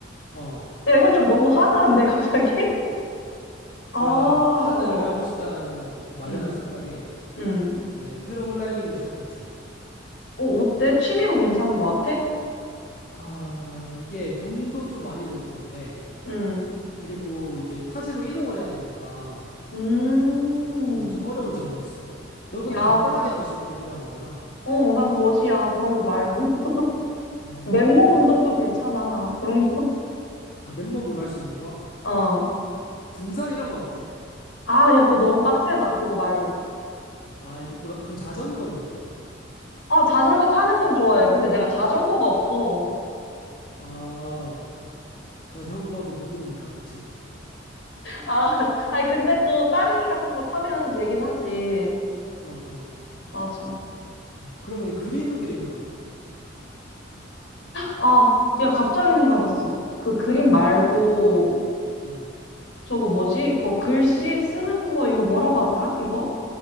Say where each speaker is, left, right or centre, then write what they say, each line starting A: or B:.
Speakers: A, on the left; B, on the left.
A: 어,
B: 야, 이건 좀 너무 하드한데, 갑자기? <laughs> 아,
A: 내가 하늘을
B: 어,
A: 날고 싶다라는 그 막연한
B: 음,
A: 생각에
B: 음.
A: 이제 패러글라이딩을 시작했지.
B: 어, 어때? 취미로 괜찮은 것 같아?
A: 아, 이게 돈도 좀 많이 들고 근데,
B: 음,
A: 그리고 이제 타지로 이동을 해야 되니까,
B: 음.
A: 어, 좀 어려운 점은 있어. 넌 근데
B: 야,
A: 간단하게 하고 싶은 게 필요한 거잖아.
B: 어, 난 거지야. 그런 거 말고. <laughs>
A: 음,
B: 맨몸 운동도 괜찮아. 그런 거.
A: 아, 맨몸으로 할 수 있는 거?
B: 어.
A: 등산 이런 건 어때?
B: 아, 야, 그거 너무 빡세다. 그거 말고.
A: 아, 이것보다, 그럼 자전거는 어때?
B: 아, 자전거 타는 건 좋아해. 근데 내가 자전거가 없어.
A: 아, 자전거도 돈이니까, 그치?
B: 아, <laughs> 아니, 근데 또 따릉이 같은 거 타면 되긴 하지.
A: 어, 어.
B: 맞아.
A: 음, 그러면 그림 그리는 거는?
B: 아, 야, 갑자기 생각났어. 그 그림
A: 음,
B: 말고,
A: 음.
B: 저거 뭐지? 이거 글씨 쓰는 거 이거 뭐라고 하더라? 이거?